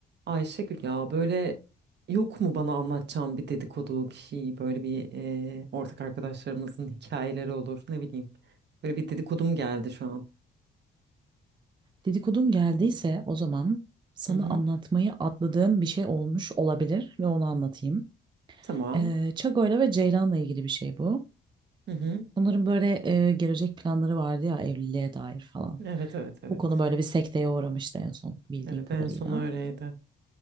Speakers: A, on the right; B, on the right.
A: Ayşegül ya böyle yok mu bana anlatacağım bir dedikodu bir şey böyle bir e, ortak arkadaşlarımızın hikayeleri olur ne bileyim. Böyle bir dedikodum geldi şu an.
B: Dedikodun geldiyse o zaman sana
A: Hı hı.
B: anlatmayı atladığım bir şey olmuş olabilir ve onu anlatayım.
A: Tamam.
B: Ee, Çago'yla ve Ceylan'la ilgili bir şey bu.
A: Hı hı.
B: Bunların böyle e, gelecek planları vardı ya evliliğe dair falan.
A: Evet evet evet.
B: Bu konu böyle bir sekteye uğramıştı en son bildiğin
A: Evet
B: kadarıyla.
A: en son öyleydi.